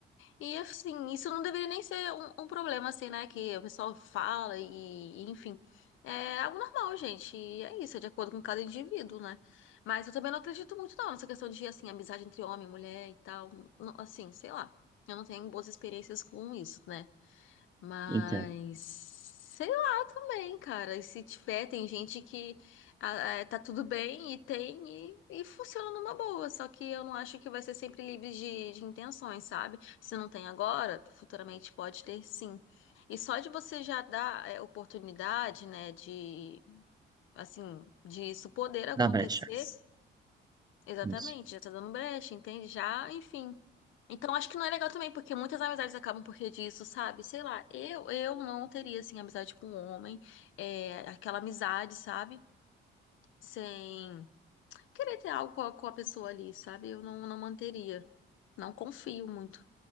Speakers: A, on the left; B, on the right.
A: E assim, isso não deveria nem ser um, um problema, assim, né? Que o pessoal fala e, enfim. É algo normal, gente. E é isso, é de acordo com cada indivíduo, né? Mas eu também não acredito muito, não, nessa questão de, assim, amizade entre homem e mulher e tal. Não, Assim, sei lá. Eu não tenho boas experiências com isso, né? Mas
B: Entendo.
A: sei lá também, cara. E se tiver, tem gente que ah, ah, tá tudo bem e tem e, e funciona numa boa. Só que eu não acho que vai ser sempre livre de, de intenções, sabe? Se não tem agora, futuramente pode ter sim. E só de você já dar é, oportunidade, né, de assim, disso poder acontecer,
B: Na brecha.
A: Exatamente,
B: Isso.
A: já tá dando brecha, entende? Já, enfim. Então acho que não é legal também, porque muitas amizades acabam por porque disso, sabe? Sei lá, eu eu não teria, assim, amizade com um homem, é, aquela amizade, sabe? Sem querer ter algo com a, com a pessoa ali, sabe? Eu não, não manteria. Não confio muito